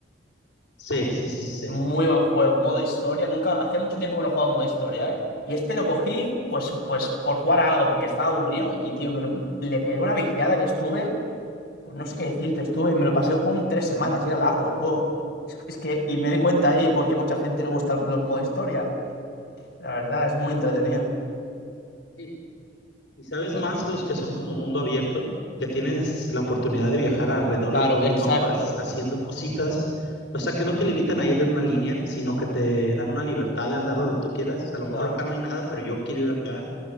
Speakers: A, on the left (about 75°); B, on the left (about 55°).
A: sí, sí, sí, sí, sí.
B: Muy
A: sí.
B: buen juego, modo historia. Nunca, hacía mucho tiempo que no jugaba en modo historia, ¿eh? Y este lo cogí, pues, pues, por jugar a algo, porque estaba aburrido y, tío, me lo- le pegué una viciada que estuve. Pues no sé qué decirte, estuve, me lo pasé el juego en tres semanas y era largo el juego. Es, es que, y me di cuenta ahí por qué mucha gente le gustan
A: <laughs>
B: los modo historia. La verdad, es muy entretenido.
A: Y, Y sabes
B: Ya.
A: más, los que son como mundo abierto, que tienes la oportunidad de viajar alrededor
B: Claro,
A: de todo
B: exacto.
A: el mapa s- haciendo cositas, o sea, que no te limitan a ir en una línea, sino que te dan una libertad de andar
B: Ujú,
A: donde tú quieras. A lo mejor
B: Claro,
A: acá no hay nada, pero yo quiero ir acá.